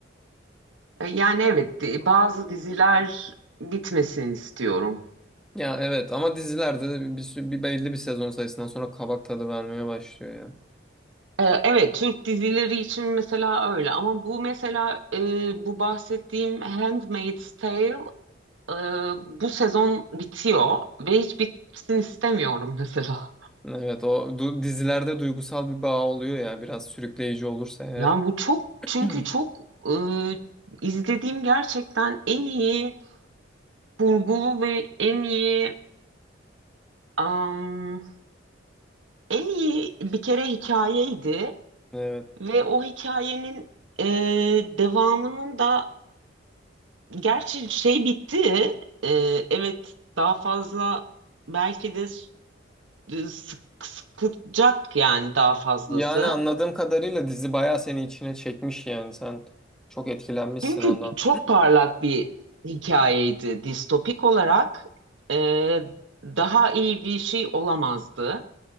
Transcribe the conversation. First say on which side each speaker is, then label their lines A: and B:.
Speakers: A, on the right; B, in the centre.
A: E, yani evet di- bazı diziler bitmesin istiyorum.
B: Ya evet ama dizilerde de bir, bir, sü- bir belli bir sezon sayısından sonra kabak tadı vermeye başlıyor ya.
A: E, evet Türk dizileri için mesela öyle ama bu mesela e, bu bahsettiğim Handmaid's Tale e, bu sezon bitiyor ve hiç bitsin istemiyorum mesela.
B: Evet o du- dizilerde duygusal bir bağ oluyor ya biraz sürükleyici olursa eğer.
A: Yani bu çok çünkü
B: <clears throat>
A: çok e, izlediğim gerçekten en iyi kurgulu ve en iyi am, en iyi bir kere hikayeydi
B: Evet.
A: ve o hikayenin e, devamının da gerçi şey bitti E, evet daha fazla belki de s- e, sık, sıkacak yani daha fazlası
B: Yani anladığım kadarıyla dizi bayağı seni içine çekmiş yani sen çok etkilenmişsin
A: Çünkü
B: ondan.
A: çok parlak bir hikayeydi. Distopik olarak e, daha iyi bir şey olamazdı.